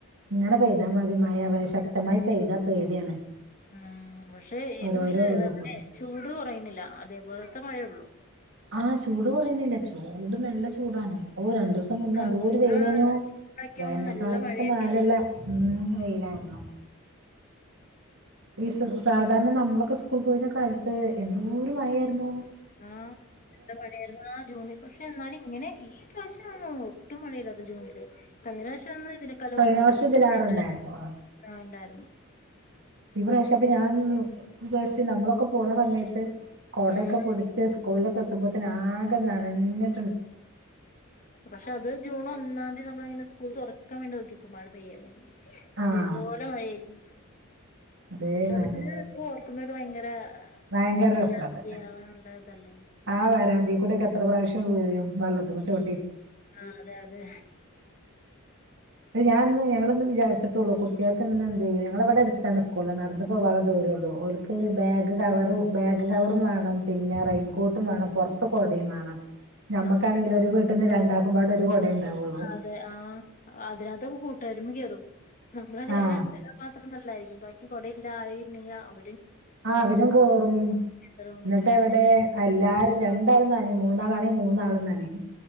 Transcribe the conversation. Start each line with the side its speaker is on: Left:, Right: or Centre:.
Right: ഇങ്ങനെ പെയ്താ മതി മഴ അവ ശക്തമായി പെയ്താ പേടിയാണ്
Left: ആഹ് പക്ഷേ ഇത്
Right: ഓരോരോ
Left: പക്ഷേ
Right: ഉരുൾപൊട്ടൽ
Left: എവനെ ചൂട് കൊറയ്ണ് ല്ല അതേപോലത്തെ മഴേള്ളൂ
Right: ആഹ് ചൂട് കൊറയ്ണില്ല ചു ചൂട് നല്ല ചൂടാണ് ഓഹ് രണ്ടൂസം മുന്നേ
Left: സാധാരണ
Right: എന്തോരു വെയിലേനു.
Left: ഒക്കെ
Right: വേനൽക്കാലത്തെ
Left: ആവുമ്പോ നല്ല മഴയൊക്കെല്ലായിരിക്കും
Right: മായ്ല്ള്ളെ വെയിലാര്ന്നു. ഈ സ് സാധാരണ നമ്മളൊക്കെ സ്കൂൾ പോയിനെ കാലത്ത് എന്തോര് മഴയാര്ന്നു
Left: ആഹ് നല്ല മഴയായിര്ന്നു. ആഹ് ജൂണിൽ പക്ഷെ എന്നാലും ഇങ്ങനെ ഈ പ്രാവശ്യാണ് ഒട്ടും മഴയില്ലത് ജൂണില് കഴിഞ്ഞ പ്രാവശ്യന്ന് ഇതിനെക്കാലു
Right: കഴിഞ്ഞ
Left: കൂടുതല്
Right: വർഷം ഇതിലാറുണ്ടായിരുന്നു
Left: മഴ ഉണ്ടാര്ന്നു. ആഹ് ഉണ്ടാര്ന്നു.
Right: ഈ പ്രാവശ്യം അപ്പ ഞാൻ വിചാരിച്ച് നമ്മളൊക്കെ പോണ സമയത്ത് കൊടയൊക്കെ
Left: ഉം
Right: പിടിച്ച് സ്കൂളിലൊക്കെ എത്തുമ്പോ ആകെ നനഞ്ഞ്
Left: പക്ഷെ അത് ജൂൺ ഒ ന്നാന്തി നമ്മള്ങ്ങനെ സ്കൂള് തൊറക്കാൻ വേണ്ടി നിക്കേയ്ക്കും മഴ പെയ്യാനേ
Right: ആഹ്
Left: അതേപോലെ മയേയ്രികും
Right: അതേമാതിരി
Left: ആഹ് ഇതെടെക്കെന്ന് ഓർക്ക്ന്നെ ത് ഭയങ്കെരെ
Right: ഭയങ്കര
Left: <unintelligible>
Right: രസണ്ട്
Left: അവനുണ്ടായതല്ലോ
Right: ആ വരാന്തേ കൂടെ ക്കെത്ര പ്രാവശ്യം വീഴും വള്ളത്ത്മ്മെ ചൗ
Left: ആഹ് അതെ അതെ
Right: അത് ഞാന്ന് ഞങ്ങള്ന്ന് വിചാര്ച്ച് ട്ടൊള്ളൂ കു ഇയാൾക്ക് ഇന്ന് എന്തേ നീ ഞങ്ങളവിടെടുത്താണ് സ്കു നടന്നപ്പോവാനുള്ള ദൂരേയുള്ളു ഓൾക്ക് ബാഗ് കവറ് ബാഗ് കവറും വേണം പിന്നെ റെയിൻകോട്ടും വേണം പൊറത്ത് കൊടയും വേണം നമ്മക്കാണെങ്കിൽ
Left: ആ ആ,
Right: ഒരു വീട്ടീന്ന് രണ്ടാക്ക ഉമ്മാടെ ഒരു കൊടയണ്ട് ണ്ടാകൊളളു
Left: അതെ ആ അതിനകത്തൊക്കെ കൂട്ടൊരുമ്മ കേറും നമ്മളപ
Right: ആഹ്
Left: രണ്ട് മാത്രം നല്ലായി ബാക്കി കുടയില്ലായില്ലെങ്കിൽ അവ
Right: ആ അവരും കേറും
Left: റും
Right: എന്നിട്ട്
Left: അങ്ങനെയൊക്കെ
Right: എവിടെ എല്ലാരും രണ്ടാളും നനയും മൂന്നാളാണെ മൂന്നാളു നനിം